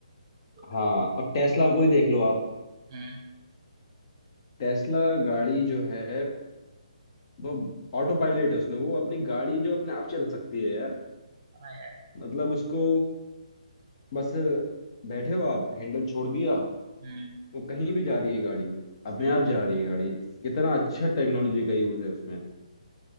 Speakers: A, on the right; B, on the left.
A: तो,
B: हाँ अब टेस्ला को ही देख लो आप
A: हम्म
B: टेस्ला गाड़ी जो है वो ऑटो पायलट है उसमें वो अपनी गाड़ी जो अपने आप चल सकती है यार
A: हाँ यार
B: मतलब उसको बस बैठे हो आप हैंडल छोड़ दिया
A: हम्म
B: वो कहीं भी जा रही है गाड़ी अपने
A: हम्म
B: आप जा रही है गाड़ी कितना अच्छा टेक्नोलॉजी का यूज है उसमें